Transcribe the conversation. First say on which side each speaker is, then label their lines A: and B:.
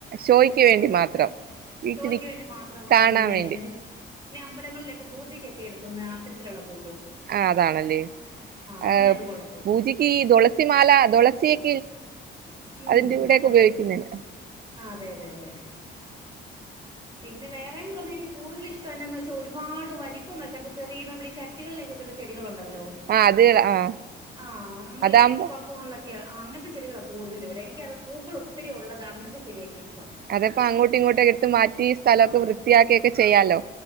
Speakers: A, on the right (about 50°); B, on the right (about 20°).
A: ഷോയ്ക്ക് വേണ്ടി മാത്രം വീട്ടിൽ
B: ഷോയ്ക്ക് വേണ്ടി മാത്രം നമുക്ക്
A: കാണാൻ
B: എന്തേലും
A: വേണ്ടി
B: ഇങ്ങനെ പിന്നെ അമ്പലങ്ങളിലൊക്കെ പൂജക്കൊക്കെ എടുക്കുന്ന അത്തരത്തിലുള്ള പൂ
A: ആ അതാണല്ലേ
B: അതിനെ
A: ആഏ
B: അത് കൊള്ളത്തുള്ളൂ
A: പൂജയ്ക്ക് തുളസിമാല തുളസി <unintelligible>
B: ഉം
A: അതിന്റെറെ കൂടേക്ക
B: അതെ
A: ഉപയോഗിക്കുന്ന
B: അതെ ആ അതെ അതെ അതെ പിന്നെ വേറെ എന്ന് പറഞ്ഞാ എനിക്ക് കൂടുതൽ ഇഷ്ടം എന്നാന്ന് വെച്ചാൽ ഒരുപാട് വലിപ്പം വെക്കാത്ത ചെറിയ നമ്മൾ ഈ ചട്ടികളിലൊക്ക വയ്ക്കുന്ന ചെടികളോണ്ട അലോ
A: ആ അത് ആ
B: ആ നമ്മൾ
A: അതാകുമ്പോ
B: പുറത്തു അങ്ങനത്തെ ചെടികളാണ് കൂടുതലിവിടെ എനിക്ക് അ പൂക്കൾ ഒത്തിരി ഉള്ളത് അങ്ങനത്തെ ചെടിയാനിക്ക്
A: അതപ്പോ അങ്ങോട്ടും ഇങ്ങോട്ടൊ എടുത്ത് മാറ്റി സ്ഥലമൊക്കെ
B: ആ
A: വൃത്തിയാക്കിയൊക്കെ ചെയ്യാലോ